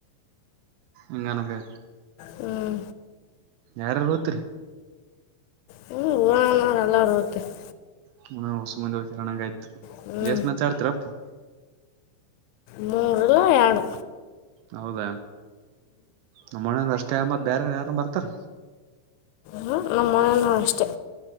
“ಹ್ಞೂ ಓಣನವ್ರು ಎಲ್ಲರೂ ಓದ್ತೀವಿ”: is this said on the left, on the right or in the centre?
Left